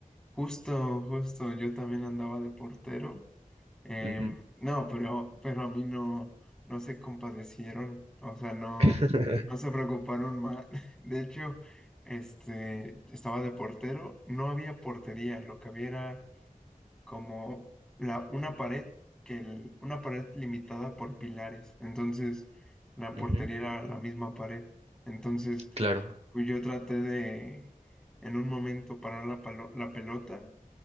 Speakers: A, in the centre; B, on the right.
A: justo, justo, yo también andaba de portero Em,
B: Ujú,
A: no, pero, pero a mí no, no se compadecieron, o sea, no,
B: <laughs>
A: no se preocuparon más. <laughs> De hecho, este, estaba de portero, no había portería, lo que había era como la, una pared, que el- una pared limitada por pilares. Entonces, la portería
B: ujú,
A: era la misma pared. Entonces,
B: Claro.
A: pues yo traté de, en un momento, parar la, palo- la pelota